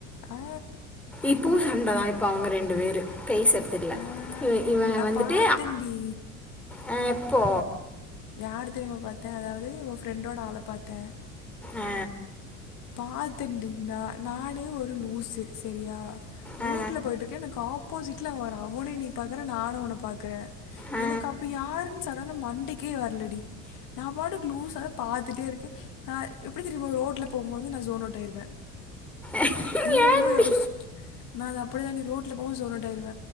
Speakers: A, on the left; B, in the centre.
A: ஆ
B: இப்புவு சண்டதா இப்ப அவங்க ரெண்டு வேரு கை சரத்து இல்ல
A: ஆ
B: இவ இவ
A: நான்
B: வந்துட்டு
A: பார்த்தேன்டி
B: ஆ எப்போ
A: யார் தெரியுமா பாத்த அதாது ஒரு ஃப்ரெண்டோட ஆள பாத்த
B: ஆ,
A: பாத்தட்டீனா நானே ஒரு லூஸு செரியா ரூட்ல
B: ஆ,
A: போயிட்ருக்கே எனக்கு ஆப் பூசிட்ல வரா அவனே நீ பாக்குற நானு உன்ன பாக்குறே
B: ஆ,
A: எனக்கு அப்ப யாருன்னு சடனா மண்டைக் கே வரலடி நா பாட்டுக்கு லூசா பாத்துட்டே இருக்கே நா எப்டி தெரியுமா ரோட்ல போம்போது நா சோனோட்டாயிடுவ
B: ஏன்டி
A: என்னனொமோ யோசிச்சு நா அப்டி தாடி ரோட்ல போவ சோனோட் ஆயிடுவ